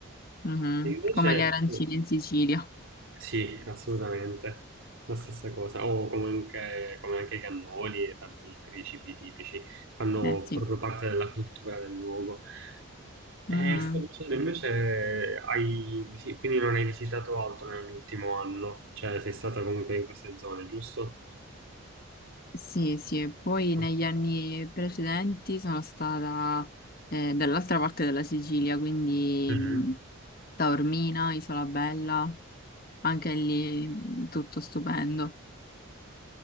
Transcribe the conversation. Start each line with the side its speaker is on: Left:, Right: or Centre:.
Left: Mhm.
Right: E Invece,
Left: Come le arancine
Right: eh,
Left: in Sicilia.
Right: Sì, assolutamente. La stessa cosa. O comunque, come anche i cannoli e tanti altri cibi tipici, fanno
Left: Eh sì.
Right: proprio parte della cultura del luogo.
Left: Mhm.
Right: E sto dicendo, invece, hai visi- quindi non hai visitato altro nell'ultimo anno? Cioè, sei stata comunque in queste zone, giusto?
Left: Sì, sì, e poi
Right: Ok.
Left: negli anni precedenti sono stata eh, dall'altra parte della Sicilia, quindi
Right: Mhm.
Left: mh, Taormina, Isola Bella, anche lì mh, tutto stupendo.